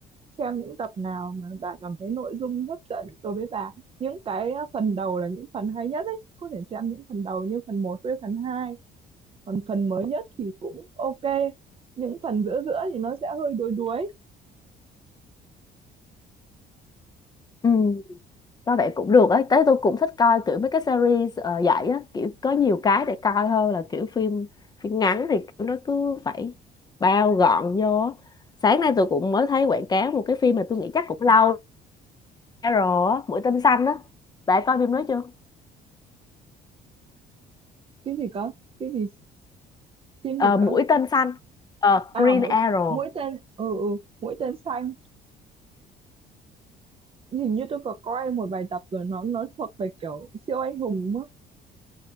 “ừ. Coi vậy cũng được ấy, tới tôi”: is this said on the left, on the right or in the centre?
Left